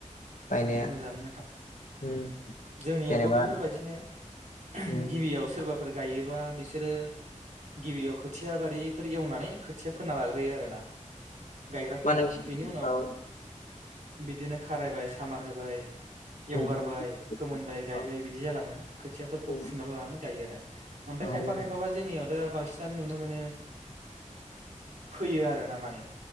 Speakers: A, on the left (about 70°); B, on the right (about 70°).
A: गायनाया
B: औ मोजाङानो नोंथां
A: उम
B: जोंनियावबो
A: जेनेबा
B: बेफोरबायदिनो आह
A: उम
B: गिबियाव सोरबा फोर गायोबा बिसोरो गिबियाव खोथिया बारिफोर एवनानै खोथिया फोना लाग्रोयो आरो ना गायग्राफोरा
A: मा नोंसि
B: बेनि उनाव
A: औ
B: बिदिनो खारायबाय खामार होबाय एवगारबाय
A: उम
B: फोमोनबाय गायबाय
A: औ
B: बिदि जालाङो खोथियाफोरखौ
A: उम
B: फुनानै लानानै गायो आरो ओमफाय
A: औ
B: खायफा
A: औ
B: खायफाबा जोंनियाव दा बांसिनानो नुनो मोनो <inaudible> फोयो आरो ना माने